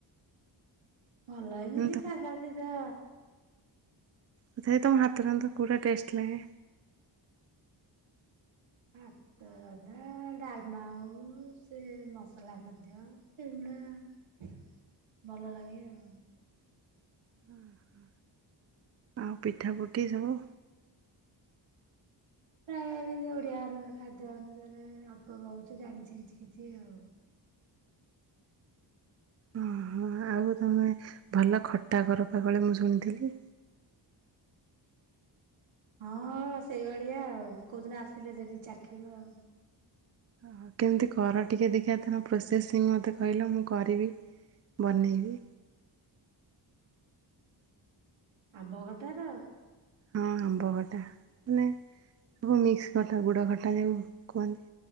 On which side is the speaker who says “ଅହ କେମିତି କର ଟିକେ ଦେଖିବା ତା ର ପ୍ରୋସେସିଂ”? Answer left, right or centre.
Right